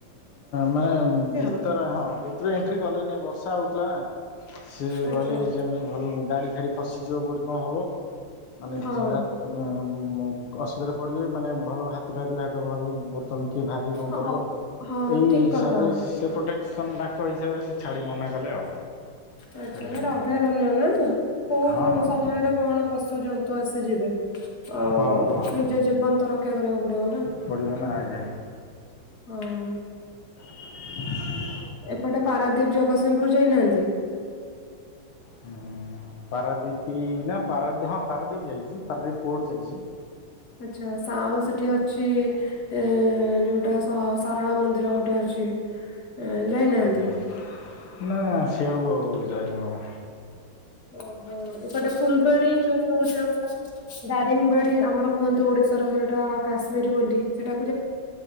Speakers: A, on the left; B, on the left.
A: ମାନେ ଭିତରେ
B: ଆଉ
A: ହଁ ଭିତରେ ଏଣ୍ଟ୍ରି କଲେନି ବର୍ଷା ହଉଥିଲା ନା ସିଏ
B: ଆଚ୍ଛା
A: କହିଲେ ଏଇ ଟାଇମ୍ ରେ ଭଲ ନୁହଁ ଗାଡି ଖାଡି ଫସିଯିବ କୋଉଠି କଣ ହବ? ମାନେ
B: ହଁ
A: ଯେ ରା ଆମ୍ ମୁଁ ଅସୁବିଧାରେ ପଡ଼ିବେ ମାନେ ଭଲ ହାତୀଫାତି ଭାଗ ଭାଲୁ ବର୍ତ୍ତମାନ କିଏ ଭାରିବ
B: ହଁ
A: କରିବ ଏଇ
B: ହଁ ଠିକ
A: ହିସାବରେ
B: କଥା
A: ସେ ପ୍ରୋଟେକ୍ସନ ତାଙ୍କ ହିସାବରେ ସେ ଛାଡି ମନା କଲେ ଆଉ।
B: ଆଚ୍ଛା
A: ଛାଡ଼ିଲେନି
B: ସେଇଟା ଅଭୟାରଣ୍ୟ
A: ଆଉ
B: ନା କୋଉ
A: ହଁ ହଁ
B: ସମୟରେ କଣ ପଶୁ ଜନ୍ତୁ ଆସିଯିବେ। ଆଉ
A: ହଁ ହଁ
B: ନିଜ ଜୀବନ୍ତର ଦେଖା କରିବାକୁ ପଡିବ ନା
A: ପଡ଼ିବ ନା ଆଜ୍ଞା।
B: ହଁ
A: ହ
B: ଏପଟେ ପାରାଦୀପ ଜଗତସିଂହପୁର ଯାଇନାହାନ୍ତି?
A: ହଁ ପାରାଦୀପୀ ନା ପାରା ହଁ ପାରାଦୀପ ଯାଇଚି ପାରାଦୀପ ପୋର୍ଟ ଯାଇଚି।
B: ଆଚ୍ଛା ସାଉଁ ସେଠି ଅଛି। ଏ ଯୋଉଟା ସା-ସାରଳା ମନ୍ଦିର ଗୋଟେ ଅଛି। ଯାଇନାହାନ୍ତି?
A: ଆଜ୍ଞା ନା ଶିଆକୁ ଆଉ ଯାଇନୁ ଆଉ।
B: ଓହୋ ଏପଟେ ଫୁଲବାଣୀ ଯୋଉ ରହୁଚି ଆମର ଦାରିଙ୍ଗବାଡି ଆମର କୁହନ୍ତି ଓଡିଶାର ସେଇଟା କାଶ୍ମୀର ବୋଲି ସେଟା